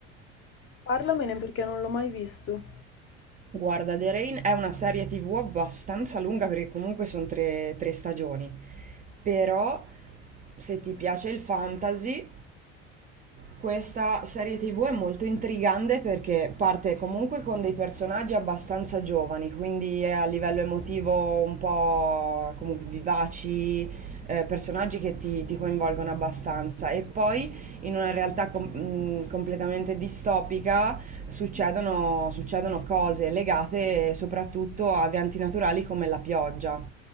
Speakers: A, on the left (about 40°); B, on the right (about 25°).
A: Parlamene perché non l'ho mai visto.
B: Guarda, The Rain è una serie TV abbastanza lunga perché comunque sono tre, tre stagioni, però se ti piace il fantasy... Questa serie TV è molto intrigante perché parte comunque con dei personaggi abbastanza giovani, quindi è a livello emotivo un po' comunque vivaci, eh, personaggi che ti, ti coinvolgono abbastanza. E poi in una realtà com- mh, completamente distopica succedono, succedono cose legate soprattutto a eventi naturali come la pioggia.